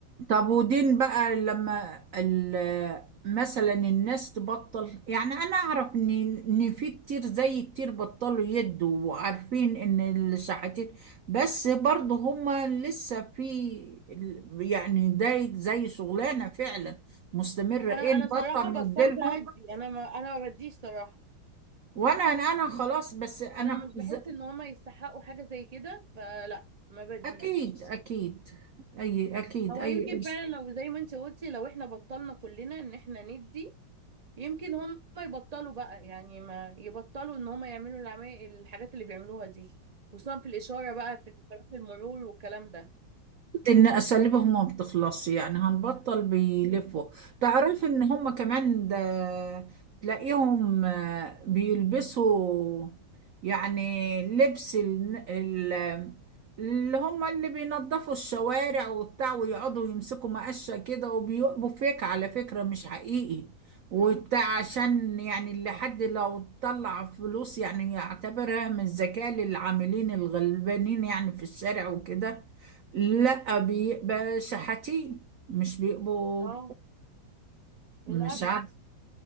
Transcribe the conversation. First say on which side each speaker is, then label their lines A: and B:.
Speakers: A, on the right; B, on the right.
A: طب ودين بقى لما ال- مثلا الناس تبطل يعني أنا أعرف إن إن في كتير زي كتير بطلوا يدوا وعارفين إن الشحاتين بس برضه هما لسه في ال- يعني ده زي شغلانة فعلا مستمرة
B: انا
A: إيه نبطل
B: انا صراحه بطلت
A: نديلهم
B: ادي انا ما انا ما بديش صراحه
A: وأنا أنا خلاص بس أنا
B: انا مش
A: ز-
B: بحس ان هما يستحقوا حاجه زي كده فلا ما بديش
A: أكيد أكيد أي أكيد
B: هو
A: أي
B: يمكن
A: قرش.
B: فعلا لو زي ما انت قلتي لو احنا بطلنا كلنا ان احنا ندي يمكن هما يبطلوا بقى يعني ما يبطلوا ان هما يعملوا العمال الحاجات اللي بيعملوها دي خصوصا في الاشاره بقى في اشارات المرور والكلام ده
A: ان اساليبهم ما بتخلصش يعني هنبطل بيلفوا تعرف ان هم كمان ده تلاقيهم آه، بيلبسوا يعني لبس ال- ال- اللي هم اللي بينظفوا الشوارع وبتاع ويقعدوا يمسكوا مقشة كده وبيقبوا فيك على فكرة مش حقيقي وبتاع عشان يعني اللي حد لو طلع فلوس يعني يعتبرها من الذكاء للعاملين الغلبانين يعني في الشارع وكده لا بيبقى شحاتين مش بيبقوا
B: اه
A: مش
B: للاسف
A: عارف